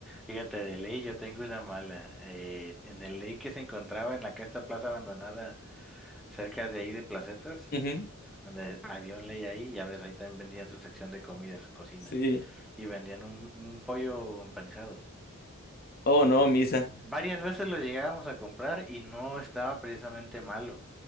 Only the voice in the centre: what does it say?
Fíjate, de ley yo tengo una mala. Eh, en el ley que se encontraba en la que esta plaza abandonada cerca de ahí de Placetas,
donde había un ley ahí, ya ves, ahí también vendían su sección de comida, su cocina,
y vendían un, un pollo empanizado.
M-
Varias veces lo llegábamos a comprar y no estaba precisamente malo,